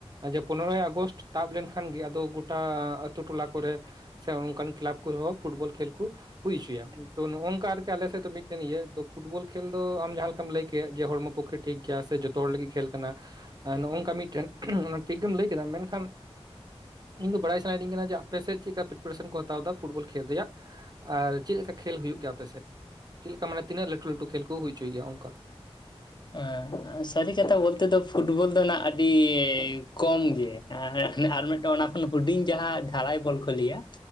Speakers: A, on the right (about 40°); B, on the left (about 45°).
A: ᱡᱮ ᱯᱚᱱᱨᱚᱭ ᱟᱜᱚᱥᱴ ᱛᱟᱵ ᱞᱮᱱᱠᱷᱟᱱ ᱜᱮ ᱟᱫᱚ ᱜᱳᱴᱟ ᱟᱹᱛᱩ ᱴᱚᱞᱟ ᱠᱚᱨᱮ ᱥᱮ ᱚᱱᱠᱟᱱ ᱠᱮᱞᱟᱵᱽ ᱠᱚᱨᱮ ᱦᱚᱸ ᱯᱷᱩᱴᱵᱚᱞ ᱠᱷᱮᱞ ᱠᱚ ᱦᱩᱭ ᱦᱚᱪᱚᱭᱟ ᱾ ᱛᱚ ᱱᱚᱜ-ᱚᱭ ᱱᱚᱝᱠᱟ ᱟᱨᱠᱤ ᱟᱞᱮᱥᱮᱫ ᱫᱚ ᱢᱤᱫᱴᱟᱝ ᱤᱭᱟᱹ ᱯᱷᱩᱴᱵᱚᱞ ᱠᱷᱮ ᱠᱷᱮᱞ ᱫᱚ ᱟᱢ ᱡᱟᱦᱟᱸ ᱞᱮᱠᱟᱢ ᱞᱟᱹᱭ ᱠᱮᱫ ᱡᱮ ᱦᱚᱲᱢᱚ ᱯᱚᱠᱠᱷᱮ ᱴᱷᱤᱠ ᱜᱮᱭᱟ ᱥᱮ ᱡᱚᱛᱚ ᱦᱚᱲ ᱞᱟᱹᱜᱤᱫ ᱠᱷᱮᱞ ᱠᱟᱱᱟ ᱾ ᱱᱚᱜ-ᱚᱭ ᱱᱚᱝᱠᱟ ᱢᱤᱫᱴᱟᱝ ᱚᱱᱟ ᱴᱷᱤᱠ ᱜᱮᱢ ᱞᱟᱹᱭ ᱠᱮᱫᱟ, ᱢᱮᱱᱠᱷᱟᱱ ᱤᱧ ᱫᱚ ᱵᱟᱲᱟᱭ ᱥᱟᱱᱟᱭᱮᱫᱤᱧ ᱠᱟᱱᱟ ᱡᱮ ᱟᱯᱮ ᱥᱮᱫ ᱪᱮᱫ ᱠᱟ ᱯᱨᱤᱯᱟᱨᱮᱥᱚᱱ ᱠᱚ ᱦᱟᱛᱟᱣ ᱮᱫᱟ ᱯᱷᱩᱴᱵᱚᱞ ᱠᱷᱮᱞ ᱨᱮᱭᱟᱜ ᱾ ᱟᱨ ᱪᱮᱫ ᱞᱮᱠᱟ ᱠᱷᱮᱞ ᱦᱩᱭᱩᱜ ᱜᱮᱭᱟ ᱟᱯᱮ ᱥᱮᱫ? <inaudible> ᱪᱮᱫ ᱞᱮᱠᱟ ᱢᱟᱱᱮ ᱛᱤᱱᱟᱹᱜ ᱞᱟᱹᱴᱩ ᱞᱟᱹᱴᱩ ᱠᱷᱮᱞ ᱠᱚ ᱦᱩᱭ ᱦᱚᱪᱚᱭ ᱜᱮᱭᱟ ᱚᱱᱠᱟ ᱾
B: ᱮᱸ ᱥᱟᱹᱨᱤ ᱠᱟᱛᱷᱟ ᱵᱚᱞᱛᱮ ᱫᱚ ᱯᱷᱩᱴᱵᱚᱞ ᱫᱚ ᱱᱟᱜ ᱟᱹᱰᱤ ᱠᱚᱢ ᱜᱮ᱾ ᱮᱸ ᱦᱮᱸ ᱟᱨ ᱢᱤᱫᱴᱟᱝ ᱚᱱᱟ ᱠᱷᱚᱱ ᱦᱩᱰᱤᱧ ᱡᱟᱦᱟᱸ ᱰᱷᱟᱞᱟᱭ ᱵᱚᱞ ᱠᱚ ᱞᱟᱹᱭᱟ